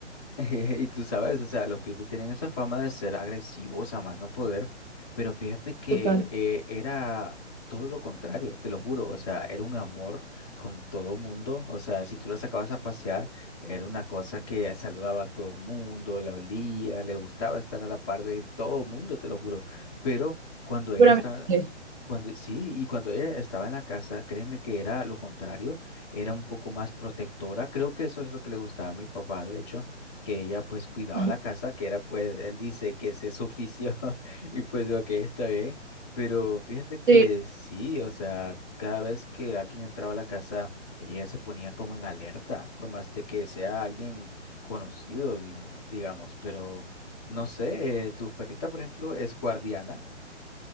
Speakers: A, on the left (about 20°); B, on the right (about 45°).
A: <laughs> Y tú sabes, o sea, los pitbull tienen esa fama de ser agresivos a más no poder, pero fíjate que
B: total.
A: eh, era todo lo contrario, te lo juro, o sea, era un amor con todo mundo, o sea, si tú la sacabas a pasear, era una cosa que saludaba a todo mundo, la olía, le gustaba estar a la par de todo mundo, te lo juro, pero cuando ella
B: Seguramente.
A: estaba...
B: <laughs>
A: eh, Cuando, sí, y cuando ella estaba en la casa, créeme que era lo contrario, era un poco más protectora, creo que eso es lo que le gustaba a mi papá, de hecho que ella pues cuidaba
B: Ajá.
A: la casa, que era pues, él dice que ese es su oficio <laughs> y pues ok, está bien, pero fíjate que
B: Sí.
A: sí, o sea, cada vez que alguien entraba a la casa, ella se ponía como en alerta, por más de que sea alguien conocido, dimo- digamos, pero no sé, eh, tu perrita, por ejemplo, es guardiana,